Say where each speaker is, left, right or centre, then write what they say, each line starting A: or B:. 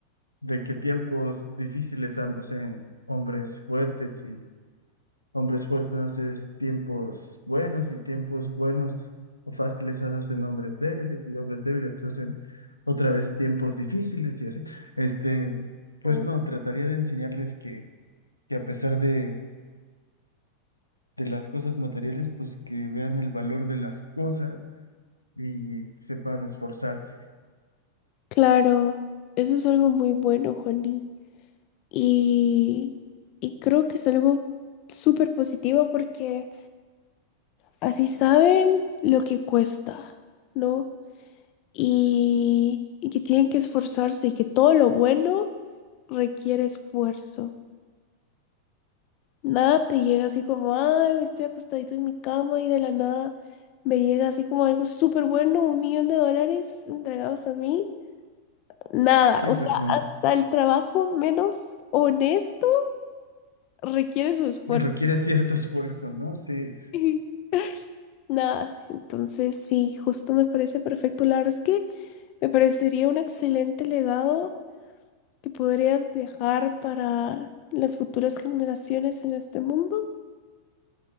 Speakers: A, on the left; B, on the left.
A: de que tiempos difíciles am- hacen hombres fuertes y hombres fuertes hacen tiempos buenos y tiempos buenos o fáciles hacen hombres débiles y hombres débiles hacen otra vez tiempos difíciles y así. Este, pues
B: Ah,
A: no, trataría de enseñarles que, que a pesar de, de las cosas materiales, pues que vean el valor de las cosas y sepan esforzarse.
B: Claro. Eso es algo muy bueno, Juani. Y, y creo que es algo súper positivo porque así saben lo que cuesta, ¿no? Y, y que tienen que esforzarse y que todo lo bueno requiere esfuerzo. Nada te llega así como, ay, me estoy acostadito en mi cama y de la nada me llega así como algo súper bueno, un millón de dólares entregados a mí. Nada,
A: Sí,
B: o
A: pues
B: sea,
A: no.
B: hasta el trabajo menos honesto requiere su esfuerzo.
A: Requiere cierto esfuerzo, ¿no? Sí.
B: <laughs> Nada, entonces sí, justo me parece perfecto. La verdad es que me parecería un excelente legado que podrías dejar para las futuras generaciones en este mundo,